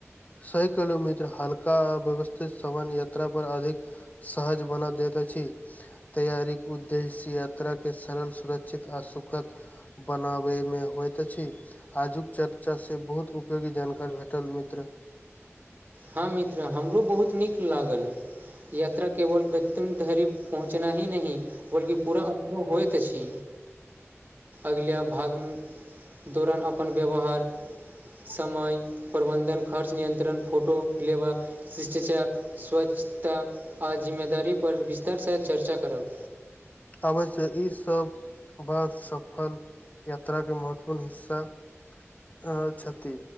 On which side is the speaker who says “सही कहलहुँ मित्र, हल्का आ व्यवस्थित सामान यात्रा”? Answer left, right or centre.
Left